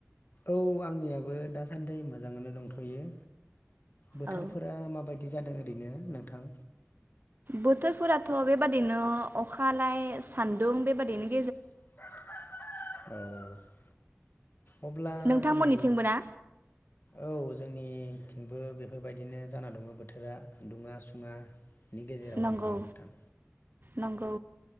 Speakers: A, on the left; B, on the right.
A: औ आंनियाबो बो दासान्दि मोजाङैनो दंथ'यो बोथोरफोरा
B: औ
A: माबायदि बिदि जादों ओरैनो नोंथां
B: बोथोरफोराथ' बेबादिनो अखालाय सान्दुं बेबायदिनो
A: औ अब्ला
B: नोंथांमोननिथिंबो
A: दिनै
B: ना?
A: औ जों निथिंबो बेफोरबायदिनो जाना दङ बोथोरा दुङा सुङा नि गेजेरावनो
B: नंगौ
A: दङ नोंथां
B: नंगौ